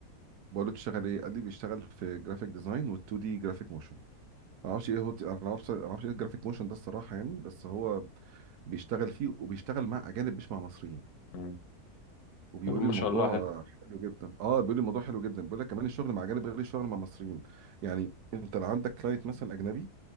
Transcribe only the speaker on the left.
مم.
حلو ما
شاء الله حلو